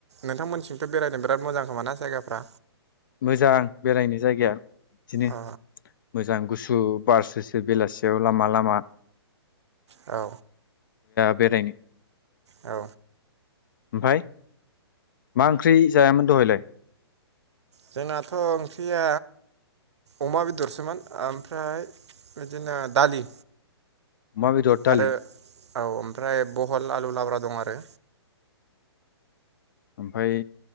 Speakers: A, on the right (about 80°); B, on the left (about 50°).
A: नोंथांमोनथिंथ' बेरायनो बिराद मोजां खोमा ना जायगाफ्रा?
B: मोजां बेरायनो जायगाया बिदिनो
A: अ
B: मोजां गु सु बार स्रो स्रो बेलासियाव लामा लामा
A: औ
B: बेरायनो
A: औ
B: ओमफ्राय मा ओंख्रि जायामोन दहायलाय?
A: जोंनाथ' ओंख्रिया अमा बेदरसोमोन ओमफ्राय बिदिनो दालि
B: अमा बेदर दालि
A: आरो औ ओमफ्राय बहल आलु लाब्रा दं आरो।
B: ओमफ्राय